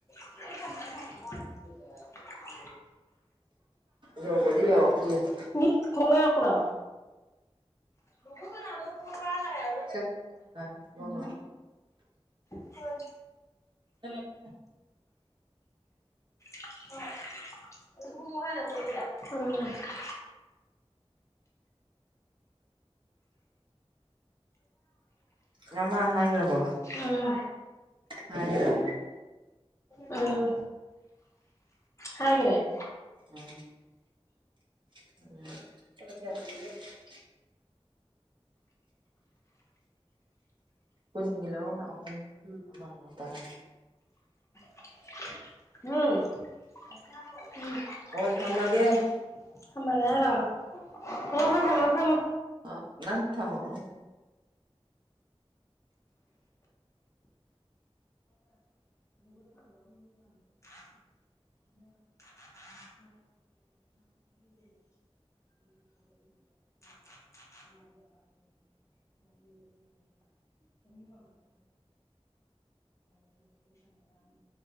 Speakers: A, on the left (about 30°); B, on the right (about 50°).
A: <unintelligible>
B: ꯌꯧꯕꯗꯤ ꯌꯧꯔꯛꯇ꯭ꯔꯤꯌꯦꯕ
A: ꯃꯤ ꯈꯣꯡꯅ ꯂꯥꯛꯄ꯭ꯔꯣ <unintelligible>
B: <unintelligible>
A: ꯍꯣꯏ
B: <unintelligible>
A: <unintelligible>
B: ꯅꯃꯥ ꯍꯥꯏꯒ꯭ꯔꯕꯣ
A: ꯎꯝ
B: ꯍꯥꯏꯒꯔꯦ
A: ꯎꯝ ꯍꯥꯏꯒꯔꯦ
B: ꯎꯝ <unintelligible> ꯀꯨꯟꯒꯤ ꯂꯧꯔꯅ ꯑꯍꯨꯝ ꯑꯃ ꯇꯔꯥ
A: <unintelligible>
B: ꯑꯣ ꯊꯝꯃꯒꯦ
A: ꯊꯝꯃꯒꯦ ꯍꯥꯢꯔꯣ ꯍꯣ ꯍꯣ ꯊꯝꯃꯣ ꯊꯝꯃꯣ
B: ꯑ ꯅꯪ ꯊꯝꯃꯛꯑꯣ
A: <unintelligible> <unintelligible> <unintelligible> <unintelligible> <inaudible>